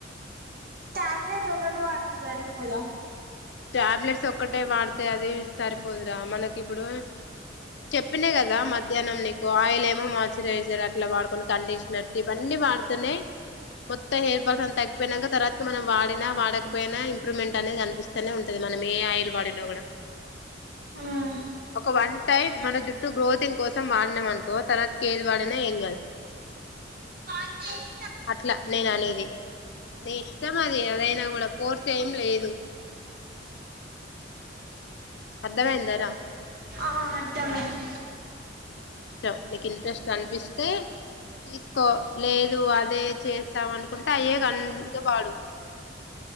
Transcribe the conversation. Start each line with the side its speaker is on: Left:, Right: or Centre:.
Right: ట్యాబ్లెట్
Left: ఉమ్
Right: ఒకటి వాడితే సరిపోదా
Left: టాబ్లెట్స్ ఒక్కటే వాడితే అది సరిపోదురా మనకిప్పుడు చెప్ చెప్పినా కదా మధ్యానం నీకు ఆయిల్ ఏమో మాయిశ్చరైజర్ అట్లా వాడుకుని కండిషనర్స్ ఇవన్నీ వాడితేనే మొత్త హెయిర్ ఫాల్స్ అంత తగ్గిపోయినాక తర్వాత మనం వాడినా వాడకపోయినా ఇంప్రూవ్మెంట్ అనేది కనిపిస్ ఇట్లనే ఉంటది మనం ఏ ఆయిల్ వాడినా కూడా
Right: మ్మ్
Left: ఒక వన్ టైం మన జుట్ ఫస్టు గ్రోతింగ్ కోసం వాడినాం అనుకో తర్వాతకి ఏది వాడినా ఏం కాదు
Right: కాల్ చెస్
Left: అట్లా నేననేది నీ ఇష్టం అది అదైనా కూడా ఫోర్స్ ఏం లేదు అర్ధమయిందరా
Right: ఆ అర్ధమైంది
Left: నీ ఇష్టం నీకు ఇంట్రెస్ట్ అనిపిస్తే తీసుకో లేదు అదే చేస్తాం అనుకుంటే అయ్యే కంటిన్యూస్ గా వాడు